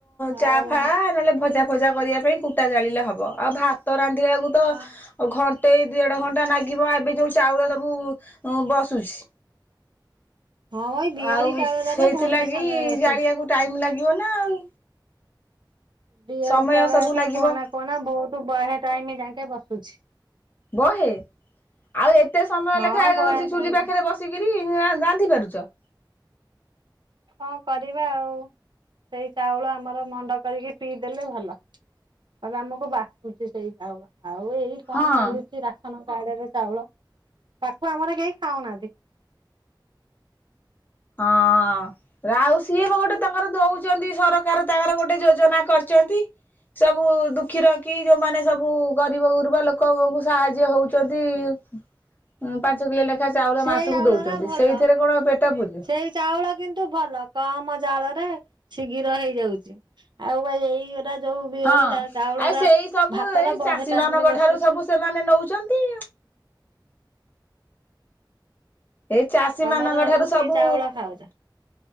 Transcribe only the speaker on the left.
ଚା
ଫା ନହେଲେ ଭଜା ଭଜା କରିବା ପାଇଁ କୁଟା ଜାଳିଲେ ହବ ଆଉ ଭାତ ରାନ୍ଧିବାକୁ ତ
ଘଣ୍ଟେଇ ଦେଢ ଘଣ୍ଟା ନାଗିବ ଏବେ ଯୋଉ ଚାଉଳ ସବୁ ବସୁଛି।
ଆଉ
ସେଇଥିଲାଗି
ଜାଳିବାକୁ ଟାଇମ ଲାଗିବ ନା ଆଉ।
ସମୟ
ସବୁ
ଲାଗିବ
ବହେ ଆଉ ଏତେ ସମୟ
ଲେଖା
ଜଉଚି
ଚୁଲି ପାଖରେ ବସି ଆସି କିରି ରାନ୍ଧି ପାରୁଚ?
ହଁ
ହଁ। ରାଉ ସିଏ ଗୋଟେ ତାଙ୍କର ଦଉଛନ୍ତି ସରକାର ତାଙ୍କର ଗୋଟେ ଯୋଜନା କରିଛନ୍ତି। ସବୁ ଦୁଃଖୀ ରଙ୍କି ଯୋଉମାନେ ସବୁ ଗରିବ ଗୁରୁବା ଲୋକଙ୍କୁ ସାହାଯ୍ୟ ହଉଛନ୍ତି। ଉଁ ପାଞ୍ଚ କିଲୋ ଲେଖା ଚାଉଳ
ମାସକୁ
ଦଉଛନ୍ତି
ସେଇଥେରେ କଣ ପେଟ ପୁରିଜିବ।
ହଁ।
ଆଉ ସେଇ ସବୁ
ଏଇ
ଚାଷୀ
ମାନଙ୍କ
ଠାରୁ ସବୁ ସେମାନେ ନଉଚନ୍ତି। ଏଇ ଚାଷୀ
ମାନଙ୍କ ଠାରୁ ସବୁ